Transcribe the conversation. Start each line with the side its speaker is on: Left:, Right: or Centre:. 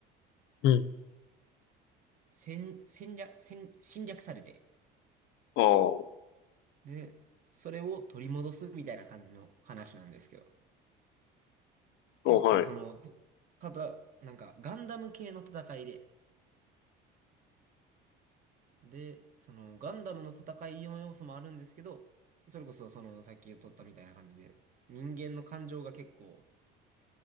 Left: う。うん。
Right: 戦、戦略、戦、侵略されて、
Left: ああ、
Right: で、それを取り戻すみたいな感じの話なんですけど、
Left: おはい、
Right: 結構その、ただ、なんか、ガンダム系の戦いで、で、その、ガンダムの戦いの要素もあるんですけど、それこそその、さっき言っとったみたいな感じで、人間の感情が結構、